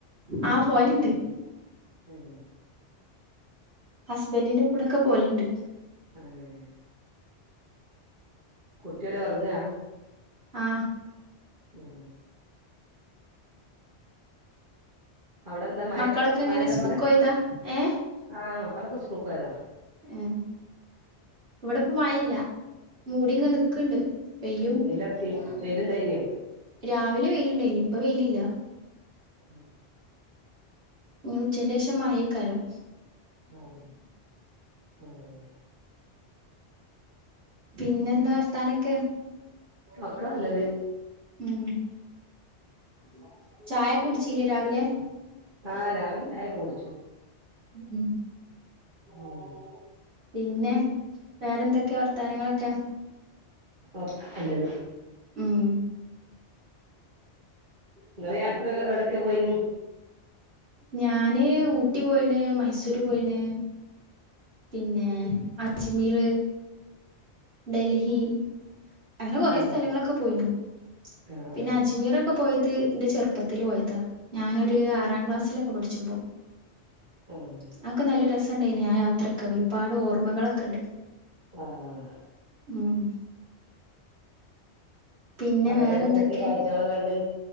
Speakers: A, on the right (about 65°); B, on the right (about 45°).
A: ആഹ് പോലുണ്ട്
B: ഏഹ്
A: ഹസ്ബൻ്റ് ന്റെ കൂടെക്കെ പോലുണ്ട്
B: ആഹ് കുട്ടിയോടെ ഒർങ്ങാ
A: ആഹ്
B: ഓഹ് അവിടെ എന്താ മഴ
A: മക്കളൊക്കെ എങ്ങനെ
B: മഴേണ്ടപ്പടെ
A: സ്കൂക്കോയതാ ഏഹ്
B: ആഹ് മക്കളൊക്കെ സ്കൂൾക്കോയതാ
A: ഉം ഇവിടെപ്പ മഴല്ല മൂടിങ്ങ നിക്ക്ണ്ട് പെയ്യും
B: വെയ്ലർച്ച് വെലുണ്ടായിനോ
A: രാവിലെ വെയിലുണ്ടായിനി ഇപ്പം വെയിലില്ല
B: ഉം
A: ഉച്ചന്റെ ശേഷം മായേ കാരം
B: ആഹ് ആഹ്
A: പിന്നെ എന്താ വർത്താനൊക്കെ
B: ഒക്കെ നല്ലത്
A: ഉം
B: <inaudible>
A: ചായ കുടിച്ചല്ലേ രാവിലെ
B: ആഹ് രാവിലെ ചായ കുടിച്ചു
A: ഉം
B: ഉം
A: പിന്നെ വേറെന്തൊക്കെയ വർത്താനങ്ങളൊക്കെ
B: ഒക്കെ നല്ലത്
A: ഉം
B: നിങ്ങള് യാത്ര എവിടയൊക്കെ പോയിന്
A: ഞാന് ഊട്ടി പോയിണ് മൈസൂര് പോയിണ് പിന്നെ അജ്മീർ ഡൽഹി അങ്ങനെ കൊറെേ
B: ഉം
A: സ്ഥലങ്ങളൊക്കെ പോയിരുന്നു
B: ആഹ്
A: പിന്നെ അജ് അജ്മീർ പോയത് എന്റെ ചെറുപ്പത്തിൽ പോയതാ ഞാനൊരു ആറാം ക്ലാസ്സിലൊക്കെ പഠിച്ച്പോ
B: ഏയ്
A: അതൊക്കെ നല്ല രസുണ്ടായിനി ആഹ് യാത്രയൊക്കെ ഒരുപാട് ഓർമ്മകളൊക്കെ ഉണ്ട്
B: ഓഹ്
A: ഉം പിന്നെ
B: അതൊക്കെട്ട്
A: വേറെന്തൊക്കെ
B: എന്തൊക്കെ കാഴ്ചകളാ കണ്ട്